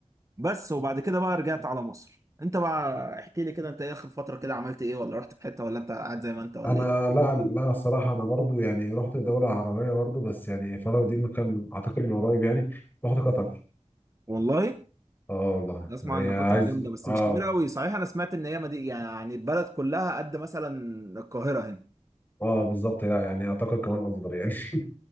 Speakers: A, on the right; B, on the left.
A: بس وبعد كده بقى رجعت على مصر انت بقى احكي لي كده انت ايه اخر فتره كده عملت ايه ولا رحت في حته ولا انت قاعد زي ما انت ولا
B: انا
A: ايه
B: لا لا الصراحه انا برضو يعني رحت دوله عربيه برضو بس يعني الفتره دي مكان اعتقد من قريب يعني رحت قطر
A: والله
B: اه والله
A: اسمع
B: يعني
A: ان قطر
B: عايز
A: جامده بس
B: اه
A: مش كبيره قوي صحيح انا سمعت ان هي مدي... يعني البلد كلها قد مثلا القاهره هنا
B: اه بالظبط لا يعني اعتقد كمان اصغر يعني <laughs>